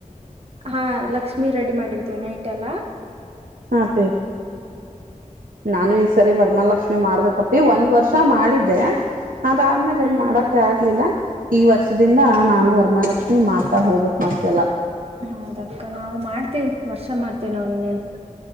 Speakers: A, on the right (about 45°); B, on the right (about 85°).
A: ಹಾ ಲಕ್ಷ್ಮಿ ರೆಡಿ ಮಾಡಿರ್ತೇವಿ ನೈಟ್ ಎಲ್ಲ.
B: ಹ ಅಪ್ಪಿ ನಾನು ಈ ಸರಿ ವರ್ಮಾಲಕ್ಷ್ಮಿ ಮಾಡ್ಬೇಕಪ್ಪಿ ಒಂದ್ ವರ್ಷ ಮಾಡಿದ್ದೆ ಅದಆದ್ಮೇಲೆ
A: ಹ್ಮ್
B: ಎಲ್ಲಿ
A: ಹ್ಮ್
B: ಮಾಡೋಕೆ ಆಗ್ಲಿಲ್ಲ ಈ ವರ್ಷದಿಂದ ನಾನು ವರಮಹಾಲಕ್ಷಿ ನೀ ಮಾತಾ ಹೋಗಬಕ್ ಮತ್ತೆಲ್ಲಾ
A: ಹೌದಕ್ಕ ನಾವು ಮಾಡ್ತೇವಿ ವರ್ಷ ಮಾಡ್ತೇವಿ ನಾವ ಇನ್ನೇನ್